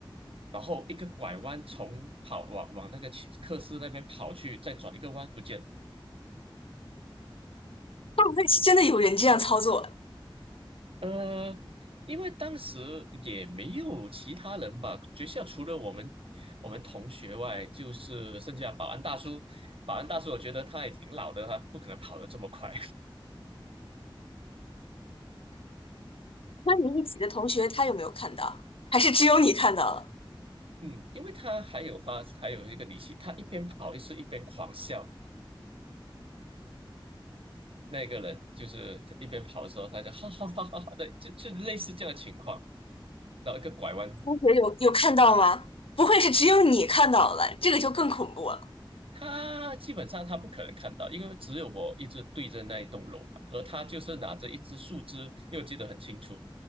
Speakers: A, on the right; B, on the left.
A: 然后一个拐弯从跑往往那个去课室那边跑去，再转一个弯不见了。
B: 会不会是真的有人这样操作？
A: 呃，因为当时也没有其他人吧，学校除了我们我们同学外，就是剩下保安大叔。保安大叔，我觉得他也挺老的，他不可能跑得这么快。
B: 那你一起的同学他有没有看到？还是只有你看到了？
A: <laughs> 嗯，因为他还有发，还有一个离奇，他一边跑一是一边狂笑。那个人就是一边跑的时候，他就哈哈哈哈哈的，就就类似这样的情况，然后一个拐弯。
B: 同学有有看到吗？不会是只有你看到了，这个就更恐怖了。
A: 他基本上他不可能看到，因为只有我一直对着那一栋楼嘛，而他就是拿着一支树枝，因为我记得很清楚，